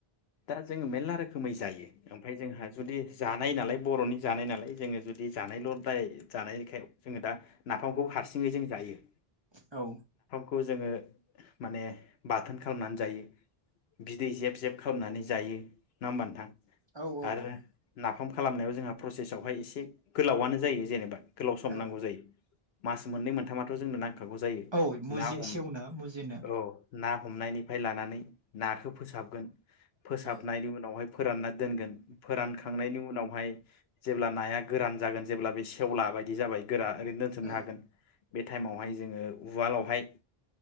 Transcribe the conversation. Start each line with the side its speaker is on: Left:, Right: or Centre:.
Left: दा जोङो मेरला रोखोमै जायो ओमफाय जोंहा जुदि जानाय नालाय बर'नि जानाय नालाय जोङो जुदि जानायल दाय जानायनिखाय जोङो दा नाफामखौ हारसिङै जों जायो।
Right: औ
Left: खौ जोङो माने बाथोन खालामनानै जायो बिदै जेब जेब खालामनानै जायो नङा होमबा नोंथां।
Right: औ
Left: आरो नाफा म खालामनायाव जोंहा प्रसेसआवहाय एसे गोलावआनो जायो जेनेबा गोलाव सम
Right: औ
Left: नांगौ जायो। मास मोननै मोनथामाथ' जोंनो नां खागौ जायो
Right: औ मुजि
Left: ना हम
Right: सेवनो मुजिनो
Left: औ ना हमनायनिफ्राय लानानै नाखौ फोसाबगोन फोसाबनायनि
Right: औ
Left: उनावहाय फोरानना दोनगोन। फोरानखांनायनि उनावहाय जेब्ला नाया गोरान जागोन जेब्ला बे सेवला बायदि जाबाय गोरा ओरैनो दोनथुमनो
Right: औ
Left: हागोन बे टाइमावहाय जोङो उवालावहाय